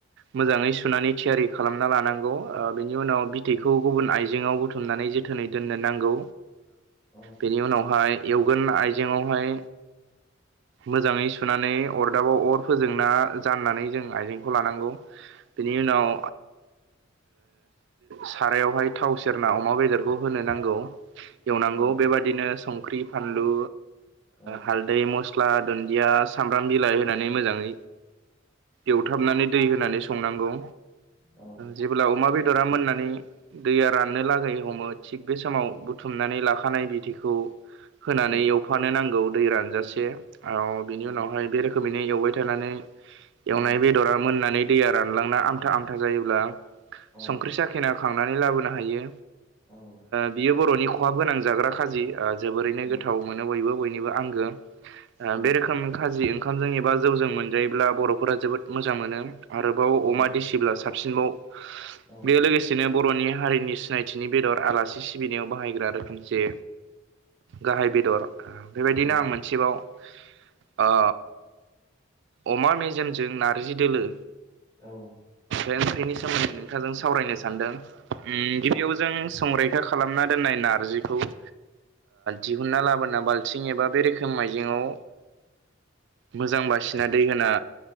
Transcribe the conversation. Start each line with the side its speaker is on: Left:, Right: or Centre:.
Right: मोजाङै सुनानै थियारि खालामना लानांगौ बेनि उनाव बिथैखौ गुबुन आइजेंआवबो बुथुमनानै जोथोनै दोननो नांगौ
Left: औ
Right: बेनि उनावहाय एवगोन आइजेंआवहाय मोजाङै सुनानै अरदाबाव अर फोजोंना जाननानै जों आइजें लानांगौ बेनि उनाव सारायावहाय थाव सेरना अमा बेदरखौ होनो नांगौ। एवनांगौ
Left: औ
Right: बेबादिनो संख्रि फानलु
Left: औ
Right: हालदै म स्ला दुन्दिया सामब्राम बिलाइ होनानै
Left: औ
Right: मोजाङै एवथाबनानै दै होनानै संनांगौ
Left: औ
Right: जेब्ला अमा बेदरा मोननानै दैया राननो लागै हमो थिग बे समाव बुथुमनानै लाखानाय बिदैखौ होनानै
Left: औ
Right: एवफानो नांगौ दै रानजासे औ बिनि
Left: औ
Right: उनावहाय बे रोखोम बेनो एवबाय थानानै एवनाय
Left: औ
Right: बेदरा मोननानै दैया रानलांना आमथा आमथा जायोब्ला
Left: औ
Right: संख्रि साखिना खांनानै लाबोनो हायो
Left: औ
Right: बियो बर'नि खहाब गोनां जाग्रा खाजि जोबोरैनो
Left: औ
Right: गोथाव मोनो बयबो बयनिबो आंगो
Left: औ
Right: बे रोखोम खाजि ओंखामजों एबा जौजों मोनजायोब्ला बर'फोरा जोबोद मोजां मोनो आरोबाव
Left: औ
Right: अमा देसिब्ला साबसिनबाव
Left: औ औ
Right: बे लोगोसे नो बर'नि हारिनि सिनायथिनि बेदर आलासि सिबिनायाव बाहायग्रा रोखोम जे गाहाय बेदर
Left: औ
Right: बेबायदिनो आं मोनसेबाव ओ अमा मेजेमजों नारजि दोलो
Left: औ
Right: ओंख्रिनि सोमोन्दै नोंथांजों सावरायनो सानदों गिबियाव जों संरैखा खालामना दोननाय नारजिखौ ओ दिहुनना लाबोना बाल्थिं एबा बे रोखोम आइजेंआव मोजां बासिना दै होना